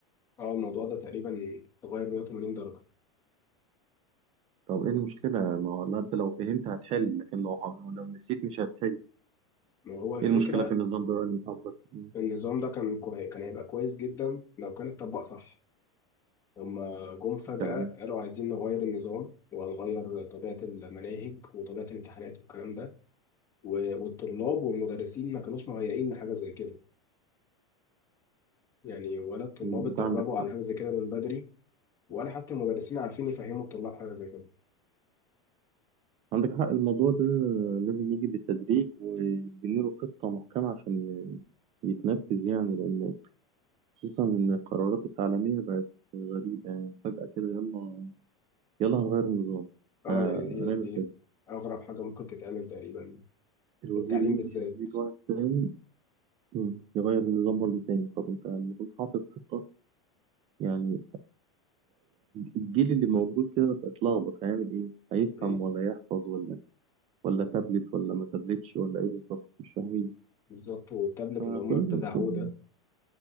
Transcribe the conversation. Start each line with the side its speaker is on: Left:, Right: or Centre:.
Left: اه الموضوع ده تقريبا اتغير 180 درجة
Right: طب إيه المشكلة؟ ما هو لا أنت لو فهمت هتحل لكن لو لو لو نسيت مش هتحل
Left: ما هو الفكرة
Right: إيه المشكلة في النظام ده اللي صاحبك؟ مم.
Left: النظام ده كان كوي... كان هيبقى كويس جدا لو كان اتطبق صح هما جم فجأة
Right: تمام
Left: قالوا عايزين نغير النظام وهنغير طبيعة المناهج وطبيعة الامتحانات والكلام ده و... والطلاب والمدرسين ما كانوش مهيئين لحاجة زي كده يعني ولا الطلاب
Right: مم،
Left: اتدربوا
Right: أنت عندك
Left: على
Right: حق
Left: حاجة زي كده من بدري ولا حتى المدرسين عارفين يفهموا الطلاب حاجة زي كده
Right: عندك حق الموضوع ده لازم يجي بالتدريج ويبني له خطة محكمة عشان ي- يتنفذ يعني لأن خصوصا إن القرارات التعليمية بقت غريبة يعني فجأة كده يلا يلا هنغير النظام
Left: اه
Right: ه-
Left: يعني دي
Right: هنعمل
Left: دي
Right: كده
Left: اغرب حاجه ممكن تتعمل تقريبا
Right: الوزير
Left: في التعليم
Right: يمشي
Left: بالذات
Right: ويجي واحد تاني مم، يغير النظام برضه تاني طب أنت المفروض حاطط خطة يعني الجيل اللي موجود كده اتلخبط هيعمل إيه؟ هيفهم
Left: مم.
Right: ولا يحفظ ولا ولا تابلت ولا ما تابلتش ولا إيه بالظبط مش فاهمين
Left: بالظبط والتابلت
Right: فكله
Left: اللي هم ابتدعوه
Right: كله
Left: ده